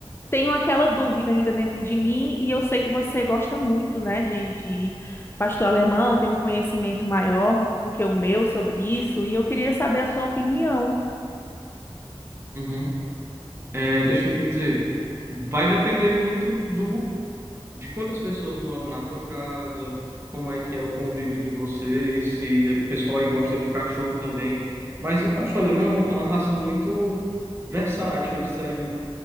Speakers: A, on the left; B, on the right.
A: tenho aquela dúvida ainda dentro de mim e eu sei que você gosta muito, né, de, de pastor alemão, tem um conhecimento maior do que o meu sobre isso e eu queria saber a sua opinião.
B: uhum. É, deixa eu te dizer, vai depender muito do de quantas pessoas moram na tua casa, como é que é o convívio de vocês, se o pessoal aí gosta de cachorro também. Mas o pastor alemão é uma raça muito versátil, ele serve